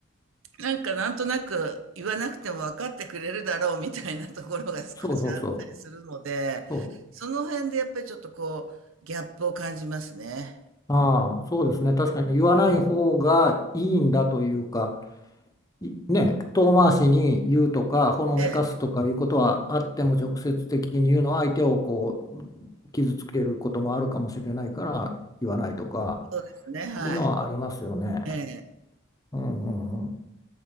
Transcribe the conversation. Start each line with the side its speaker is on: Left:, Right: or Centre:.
Right: なんかなんとなく言わなくても分かってくれるだろうみたいなところが少しあったりするので、
Left: そうそうそう。そ
Right: その辺でやっぱりちょっとこうギャップを感じますね。
Left: う。ああ、そうですね。確かに言わない方がいいんだというか、いね、遠回しに言うとか、ほのめかすとかいうことはあっても、
Right: ええ、
Left: 直接的に言うのは相手をこう傷つけることもあるかもしれないから言わないとか
Right: そうですね、はい。
Left: いうのはありますよね。
Right: ええ。
Left: うんうんうん。